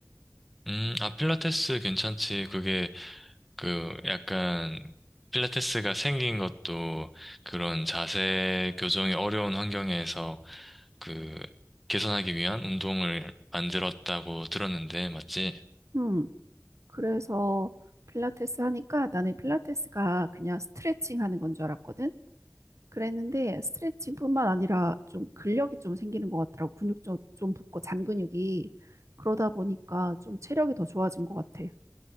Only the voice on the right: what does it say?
음, 그래서 필라테스 하니까 나는 필라테스가 그냥 스트레칭 하는 건 줄 알았거든. 그랬는데 스트레칭뿐만 아니라 좀 근력이 좀 생기는 것 같더라고. 근육 좀, 좀 붓고 잔 근육이. 그러다 보니까 좀 체력이 더 좋아진 것 같아.